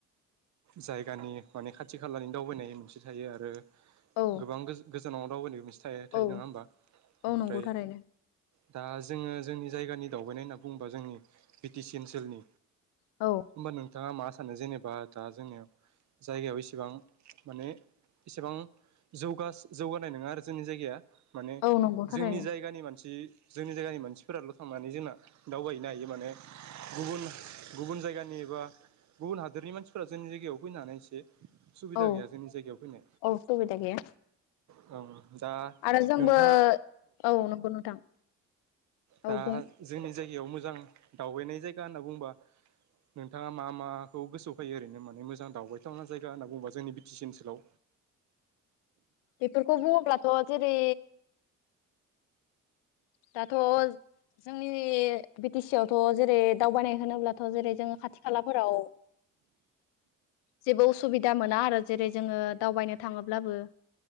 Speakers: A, on the right (about 50°); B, on the left (about 80°).
A: जायगानि माने खाथि खालानि दावबायनाय मोनसे थायो आरो
B: औ
A: गोबां गो जानाव राव साननाय
B: औ
A: थायो नङा होमबा
B: औ
A: ओमफ्राय
B: नंगौ थारैनो
A: दा जोङो जोंनि जायगानि दावबायनाय होनना बुङोबा जोंनि बि टि सि ओनसोलनि
B: औ
A: होमबा नोंथाङा मा सानो जेनेबा बा दा जोंनियाव जायगायाव इसेबां माने इसेबां जौगास-जौगानाय नङा आरो जोंनि जायगाया माने
B: औ नंगौ थारैनो
A: जोंनि जायगानि मानसि जोंनि जायगानि मानसिफोराल' थांनानै जोंना दावबायहैनो हायो माने गुबुन-गुबुन जायगानि एबा गुबुन हादोरनि मानसिफोरा जोंनि जायगायाव फैनो हानाय एसे सुबिदा
B: औ
A: गैया जोंनि जायगायाव फैनो
B: औ सुबिदा गैया
A: औ दा
B: आरो जोंबो
A: नोंथाङा
B: औ नोंगौ नथां
A: दा
B: औ बुं
A: जोंनि जायगायाव मोजां दावबायनाय जायगा होनना बुंङोबा नोंथाङा मा माखौ गोसोआवफोयो ओरैनो माने मोजां दावबायथावना जायगा होनना बुंङोबा जोंनि बि टि सि ओनसोलाव
B: बेफोरखौ बुंङोब्लाथ' जेरै दाथ' जोंनि बि टि सि आवथ' जेरै दावबायनाय होनोब्लाथ' जेरै जोङो खाथि खालाफोराव जेबो उसुबिदा मोना आरो जेरै जोङो दावबायनो थाङोब्लाबो